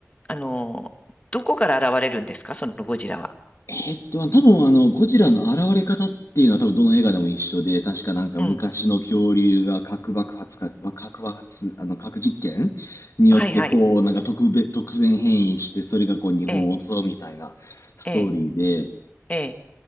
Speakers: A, on the left; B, on the left.
A: あの、どこから現れるんですか、そのゴジラは。
B: えーっと、多分あの、ゴジラの現れ方っていうのは多分どの映画でも一緒で、確かなんか昔の恐竜が核爆発か、
A: うん。
B: まあ核爆発、あの、核実験によってこう、
A: はいはい。
B: なんか特別、突然変異して、それがこう日本を襲うみたいなストーリー
A: ええ、ええ、ええ。